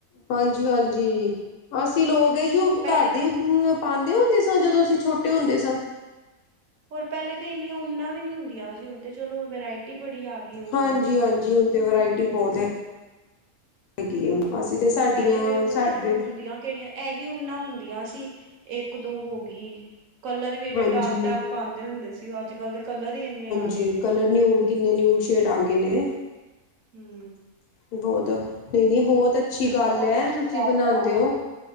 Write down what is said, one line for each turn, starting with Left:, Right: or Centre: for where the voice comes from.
Left: ਹਾਂਜੀ-ਹਾਂਜੀ ਅਸੀਂ ਲੋਕ ਇੳ
Right: ਪਹਿਲੇ
Left: ਘਰ ਦੇ ਪਾਂਦੇ ਹੁੰਦੇ ਸਾਂ। ਜਦੋਂ ਅਸੀਂ ਛੋਟੇ ਹੁੰਦੇ ਸਾਂ।
Right: ਹੋਰ ਪਹਿਲੇ ਤਾਂ ਇੰਨੀਆਂ ਊਨਾ ਵੀ ਨਹੀਂ ਹੁੰਦੀਆਂ ਸੀ। ਹੁਣ ਤੇ ਚਲੋ ਵਰਾਇਟੀ ਬੜੀ ਆ ਗਈ ਊਨਾਂ
Left: ਹਾਂਜੀ
Right: ਦੀ।
Left: ਹਾਂਜੀ ਹੁਣ ਤੇ ਵਰਾਇਟੀ ਬਹੁਤ ਹੈ। ਹੈਗੀ ਹੈ, ਅਸੀਂ ਤੇ ਸਾਡੀਆਂ
Right: ਪਹਿਲੇ ਤੇ ਊਨਾ
Left: ਸਾਡੇ
Right: ਹੁੰਦੀਆਂ ਕਿਹੜੀਆਂ ਐਹੀ ਊਨਾ ਹੁੰਦੀਆਂ ਸੀ। ਇੱਕ ਦੋ ਹੋਗੀ ਕਲਰ ਵੀ ਏਡੇ
Left: ਹਾਂਜੀ
Right: ਡਾਰਕ-ਡਾਰਕ ਪਾਂਦੇ ਹੁੰਦੇ ਸੀ, ਉਹ ਅੱਜਕਲ੍ਹ ਦੇ ਕਲਰ ਹੀ ਇੰਨੇ ਆ ਗਏ
Left: ਜੀ
Right: ਨੇ
Left: ਕਲਰ ਨਿਊਡ ਕਿੰਨੇ ਨਿਊਟ ਸ਼ੇਡ ਆ ਗਏ ਨੇ।
Right: ਹੂੰ
Left: ਬਹੁਤ ਨਹੀਂ-ਨਹੀਂ ਬਹੁਤ ਅੱਛੀ ਗੱਲ
Right: ਬਹੁਤ
Left: ਹੈ
Right: ਅੱਛੀ
Left: ਤੁਸੀਂ
Right: ਗੱਲ
Left: ਬਨਾਦੇ
Right: ਹੈ
Left: ਹੋ।